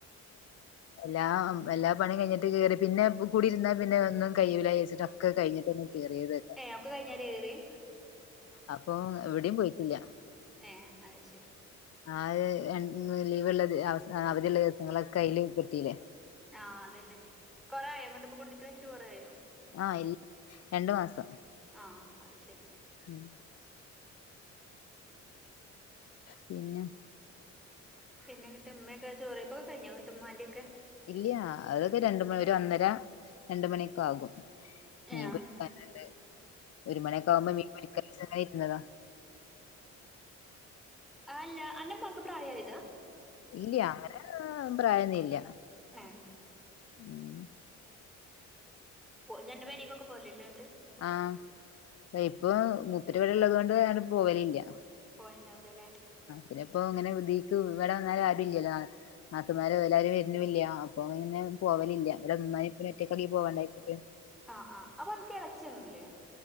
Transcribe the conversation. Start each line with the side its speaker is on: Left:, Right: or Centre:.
Left: എല്ലാം എല്ലാ പണി കഴിഞ്ഞിട്ട് കേറി പിന്നെ കൂടിയിരുന്നാ പിന്നെ ഒന്നും കയ്യൂ ലായ്ച്ച്ട്ട് ഒക്കെ കഴിഞ്ഞിട്ടന്നെ കേറിയത്.
Centre: ഏഹ് ഒക്കെ കഴിഞ്ഞാരെ കേറിയെ
Left: അപ്പൊ എവിടെയും പോയിട്ടില്ല
Centre: ഏ അത് ശരി
Left: ആകെ രണ്ടുന്ന് ലീവ് ഉള്ളത് അവ അവധിയുള്ള ദിവസങ്ങളൊക്ക അതിലല് കിട്ടീല്ലേ
Centre: ആഹ് അത് തന്നെ കുറെയായോ ഇപ്പൊ അങ്ങോട്ട് കുടിക്ക <unintelligible> ഴിഞ്ഞിട്ട് കുറേയായോ
Left: ആ ഇൽ രണ്ടു മാസം
Centre: ആ അത് ശെരി
Left: ഉം പിന്നെ
Centre: പിന്നെ ഇങ്ങട്ട് ഉമ്മയൊക്കെ ചോറ് വെപ്പൊക്കെ കഴിഞ്ഞോ ഉമ്മാന്റെ ഒക്കെ
Left: ഇല്ല അതൊക്കെ രണ്ട് മണി ഒരു ഒന്നര രണ്ട് മണിയൊക്കെ ആകും മീൻ
Centre: ഏ അ
Left: പൊരിക്കാനുണ്ട്. ഒരു മണിയൊക്കെ ആകുമ്പോ മീൻ വേടിക്കാവെച്ച് ഇരുന്നതാ
Centre: ആ അല്ല അന്റെ ഉമ്മാക്ക് പ്രായമായതാ
Left: ഇല്യ അങ്ങനെ പ്രായമൊന്നുയില്ല
Centre: <unintelligible>
Left: ഉം <unintelligible>
Centre: പോ എന്റെ പേരേ <unintelligible> ക്കൊക്കെ പോലല്ലണ്ട്
Left: ആഹ് ഇപ്പൊ മുപ്പരി ഇവിടെയുള്ളതോണ്ട് ഞാന് പോവലില്യ
Centre: പോവലുണ്ടാവില്ല അല്ലേ
Left: പിന്നെ ഇപ്പ ഇങ്ങനെ ഇതിക്ക് ഇവിടെ വന്നാലും ആരും ഇല്ലല്ലോ നാത്തൂൻമാര് എല്ലാരും വരുന്നില്ല അപ്പൊ ഇങ്ങനെ- പോവലില്ല ഇവിടെ ഉമനെയും ഉപ്പാനെയും ഒറ്റൊക്കാക്കി പോവാണ്ടായി വെച്ചിട്ട്
Centre: ആഹ് ആഹ് അപ്പൊ നമക്ക് എളച്ചിയൊന്നുമില്ലേ